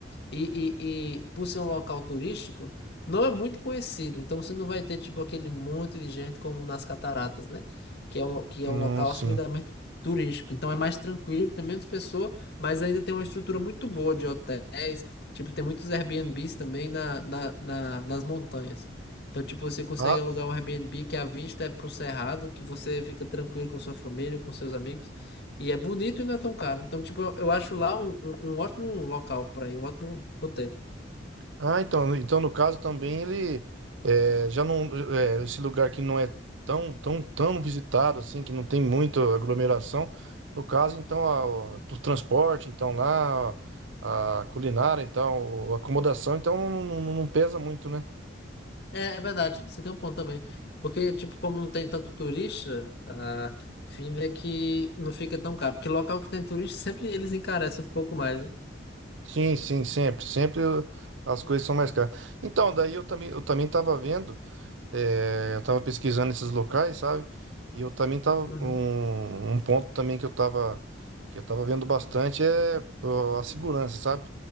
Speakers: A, on the left; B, on the right.
A: E, e, e por ser um local turístico, não é muito conhecido. Então você não vai ter tipo aquele monte de gente como nas Cataratas, né? Que é um, lo- que é
B: Não,
A: um local
B: sim.
A: assumidamente turístico. Então é mais tranquilo, tem menos pessoa, mas ainda tem uma estrutura muito boa de hotéis. Tipo, tem muitos Airbnbs também na, na, na- nas montanhas. Então, tipo, você consegue
B: Ah,
A: alugar um Airbnb que a vista é pro cerrado, que você fica tranquilo com a sua família, com seus amigos. E é bonito e não é tão caro. Então, tipo, eu, eu acho lá um, um um ótimo local para ir, um ótimo roteiro.
B: Ah, então, então no caso também ele eh, já não eh, esse lugar que não é tão tão tão visitado assim que não tem muita aglomeração. No caso então a- o o transporte então lá a culinária então a acomodação então não, não- não- não pesa muito, né?
A: É, é verdade, você tem um ponto também. Porque, tipo, como não tem tanto turista, a fim é que não fica tão caro. Porque local que tem turista, sempre eles encarecem um pouco mais, né?
B: Sim, sim, sempre, sempre as coisas são mais caras. Então daí eu também eu também estava vendo É, eu tava pesquisando esses locais, sabe? E eu também tava
A: Uhum,
B: um, um ponto também que eu tava que eu tava vendo bastante é ó, a segurança, sabe?